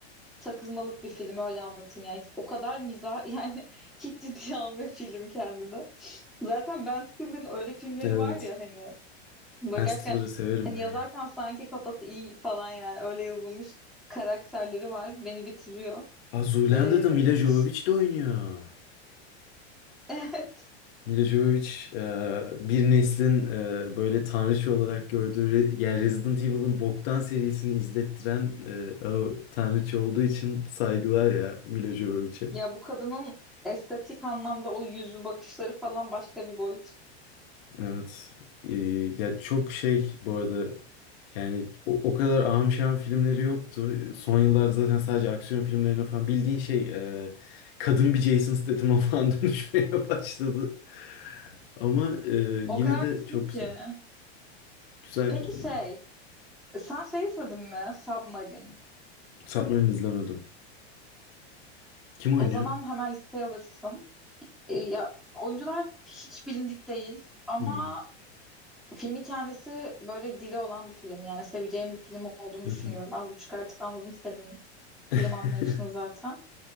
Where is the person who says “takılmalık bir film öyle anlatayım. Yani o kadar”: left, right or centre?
Centre